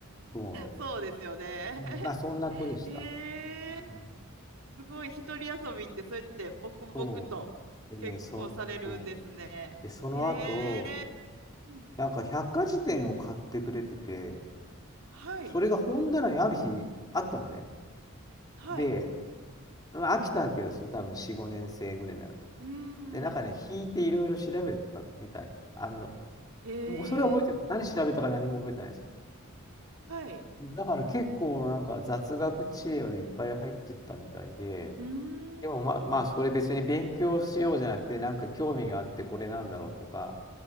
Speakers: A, on the left; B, on the right.
A: そうなのよ。
B: そうですよね。
A: うん、まあ、そんな子でした。
B: へ
A: うん。
B: え、すごい。一人遊びって、そうやって黙々と結構されるんですね。
A: そう。でね、その、そう。で、その後、
B: へえ、うん。
A: なんか百科事典を買ってくれてて、
B: はい。
A: それが本棚にある日あったのね。
B: はい。
A: で、まあ飽きたわけですよ。多分4、5年生ぐらいになると。
B: うーん。
A: で、なんかね、引いていろいろ調べたみたい。あの、
B: へえ、
A: もうそれは覚えてる。何調べたか何も覚えてないですけど。
B: はい。
A: だから結構なんか雑学知恵でいっぱい入ってったみたいで、
B: うーん。
A: でもまあまあそれ別に勉強しようじゃなくて、なんか興味があってこれなんだろうとか、